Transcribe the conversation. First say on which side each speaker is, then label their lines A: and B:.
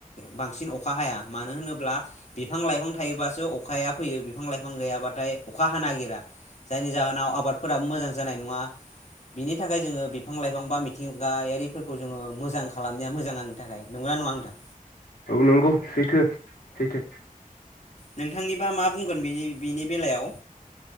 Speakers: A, on the left; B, on the left.
A: बांसिन अखा हाया मानो होनोब्ला बिफां लाइफां थायोबसो अखाया फैयो बिफां लाइफां गैयाबाथाय अखा हानो नागिरा जायनि जाहोनाव आबादफोराबो मोजां जानाय नङा बिनि थाखाय जोङो बिफां लाइफां बा मिथिंगा जोङो मोजांनाया मोजां आंनि थाखाय नंगौना नङा नोंथां?
B: नंगौ औ सैथो सैथो
A: नोंथांनिबा मा बुंगोन बेनि बिनि बेलायाव